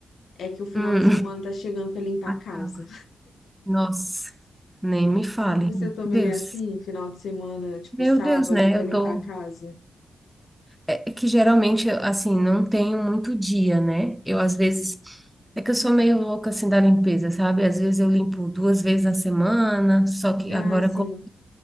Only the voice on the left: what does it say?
é que o final
de semana tá chegando pra limpar
a casa.
Você
também
é assim, final de semana, tipo
sábado,
pra
limpar
a casa?
Ah,
sim.